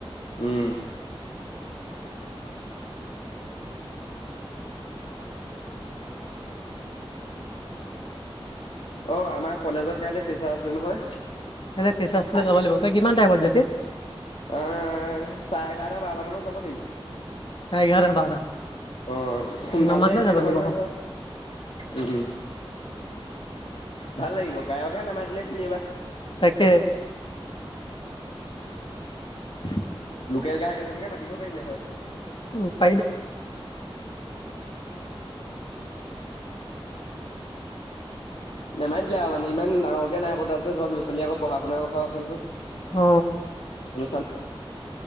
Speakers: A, on the left; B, on the left.
A: উম, অ, আমাৰ কলেজত কাইলে ফেচাৰ আছে নহয়।
B: এনে প্ৰেচাৰ চেচাৰ
A: আহিবি
B: যাব লাগিব
A: থ
B: তই কিমান টাইমত যাবি
A: আহ চাৰে এঘাৰটা বাৰ মানত। যাব লাগিব।
B: চাৰে এঘাৰটা বাৰটা
A: অ' সোনকালতে
B: ইমান মানতে
A: একোৱেই
B: যাব
A: নহয়
B: লাগিব অ
A: নহয় ধৰ উম-উম। ভাল লাগিব গায়কহে নামাতিলে <unintelligible> বা।
B: তাকে। <unintelligible>
A: লোকেল গাইক এজনকে মাতিব পাৰিলে হয়।
B: উম <unintelligible>
A: নেমাতিলে আৰু মানে ইমান ডাঙৰকে নাই পতা যে ধৰ ল'ৰাোৱালী আকৌ পঢ়া শুনা কথা আছে নহয়।
B: অ
A: মলচান